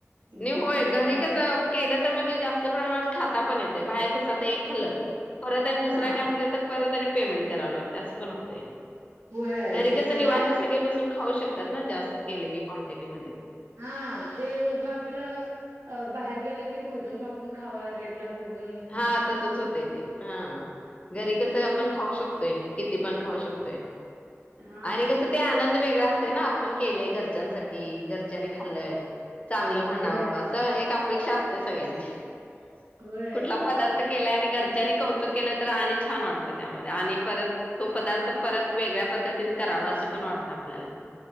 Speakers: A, on the right; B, on the left.
A: मग
B: नाही, होय,
A: तुम्ही
B: घरी
A: काय
B: कसं? केलं तर म्हणजे जास्त प्रमाणात खाता पण येतंय, बाहेर कसं, एक खाल्लं परत दुसरं
A: हा
B: काय म्हटलं तर परत आणि पेमेंट कराव लागते असं पण होतंय.
A: होय
B: घरी
A: ते
B: कसं
A: पण
B: निवांत,
A: हाय.
B: सगळे बसून खाऊ शकतात ना, जास्त केलं की क्वांन्टटी मध्ये...
A: हा, ते उगंच आपलं अं, बाहेर गेलं की मोजून मापून खावा, रेटला बघून
B: हा, तसंच होतंय ते, हा घरी कसं
A: तेच
B: आपण
A: की
B: खाऊ शकतोय... किती पण खाऊ शकतोय,
A: हा
B: आणि कसं, ते आनंद वेगळा असतोय ना... आपण केलं घरच्यांसाठी, घरच्यांनी खाल्लंय, चांगलं म्हणावं
A: होय
B: असं... एक अपेक्षा असते सगळ्यांची,
A: होय
B: कुठला
A: खरंच
B: पदार्थ
A: की
B: केला आणि घर घरच्यांनी कौतुक केलं तर अजून छान वाटतं, त्यामध्ये, आणि परत तो पदार्थ परत... वेगळ्या पद्धतीने करावं असं पण वाटतं आपल्याला